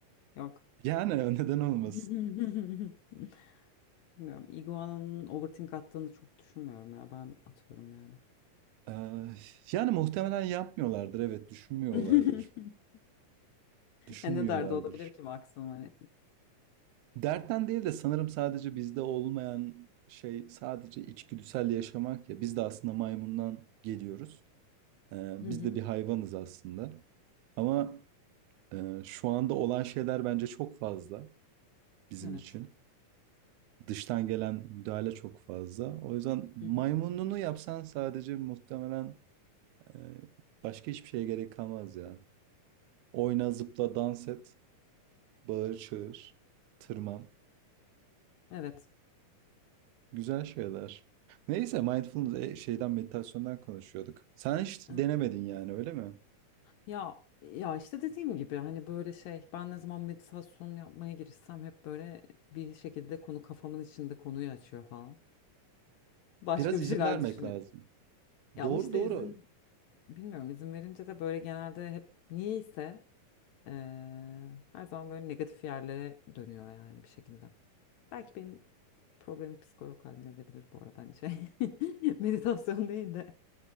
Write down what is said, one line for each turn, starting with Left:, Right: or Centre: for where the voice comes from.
Left: Yok.
Right: Yani <laughs> neden olmasın?
Left: <laughs> Bilmiyorum. Iguana'nın overthink attığını çok düşünmüyorum ya. Ben atıyorum yani.
Right: Ee, yani muhtemelen yapmıyorlardır, evet düşünmüyorlardır.
Left: <laughs>
Right: Düşünmüyorlardır.
Left: E ne derdi olabilir ki maksimum hani.
Right: Dertten değil de sanırım sadece bizde olmayan şey sadece içgüdüsel yaşamak ya. Biz de aslında maymundan geliyoruz. Ee,
Left: Hı
Right: biz
Left: hı.
Right: de bir hayvanız aslında. Ama e, şu anda olan şeyler bence çok fazla. bizim
Left: Evet.
Right: için. Dıştan gelen müdahale çok fazla. O yüzden maymununu
Left: Hı hı.
Right: yapsan sadece muhtemelen e, başka hiçbir şeye gerek kalmaz ya. Oyna, zıpla, dans et, bağır, çağır, tırman.
Left: Evet.
Right: Güzel şeyler. Neyse mindfulness e, şeyden meditasyondan konuşuyorduk. Sen hiç
Left: Evet.
Right: denemedin yani öyle mi?
Left: Ya ya işte dediğim gibi hani böyle şey ben ne zaman meditasyon yapmaya girişsem hep böyle bir şekilde konu kafamın içinde konuyu açıyor falan. Başka
Right: Biraz
Left: bir
Right: izin
Left: şeyler
Right: vermek
Left: düşünüyorum.
Right: lazım.
Left: Ya
Right: Doğru
Left: ama işte
Right: doğru.
Left: izin bilmiyorum izin verince de böyle genelde hep niyeyse eee, her zaman böyle negatif yerlere dönüyor yani bir şekilde. Belki benim problemi psikolog halledebilir bu arada hani şey. <laughs> Meditasyon değil de.